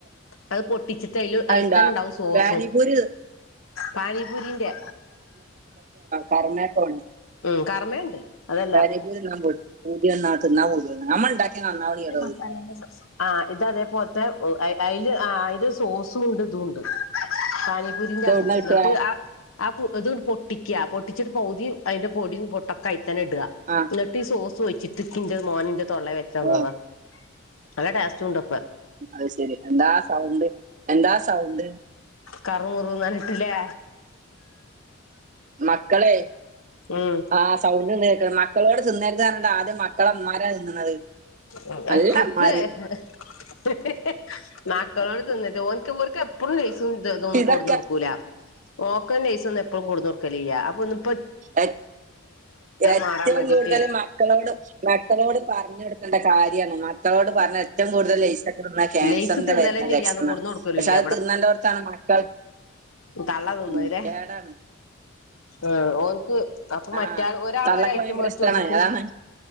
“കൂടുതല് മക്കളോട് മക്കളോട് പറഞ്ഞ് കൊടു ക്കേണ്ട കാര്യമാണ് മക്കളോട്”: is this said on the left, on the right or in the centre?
Right